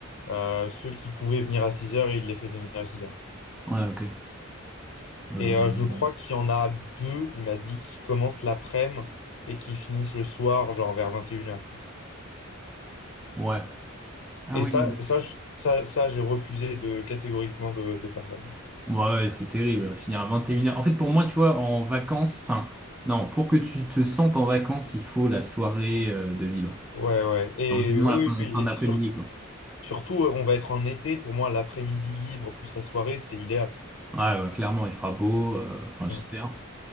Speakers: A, on the left (about 65°); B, in the centre.
A: euh, ceux qui pouvaient venir à six heures il les fait venir à six heures.
B: Ouais, ok. Euh,
A: Et euh, je crois qu'il y en a deux, il m'a dit, qui commencent l'après-midi et qui finissent le soir, genre vers vingt et une heures.
B: ouais. Ah
A: Et
B: oui,
A: ça,
B: oui.
A: ça, je- ça, ça j'ai refusé de catégoriquement de, de faire ça.
B: Ouais, ouais, c'est terrible. Finir à vingt et une
A: Ouais,
B: heures En fait, pour moi, tu vois, en vacances, enfin, non, pour que tu te sentes en vacances, il faut la soirée euh, de libre.
A: ouais. ouais. Et
B: Alors, du moins
A: oui,
B: la fin,
A: oui, oui.
B: fin
A: et
B: d'après-midi,
A: sur-
B: quoi.
A: surtout, on va être en été. Pour moi, l'après-midi libre plus la soirée, c'est idéal.
B: Ouais, ouais, clairement, il fera beau.
A: Mm.
B: euh, Enfin, j'espère.
A: mm.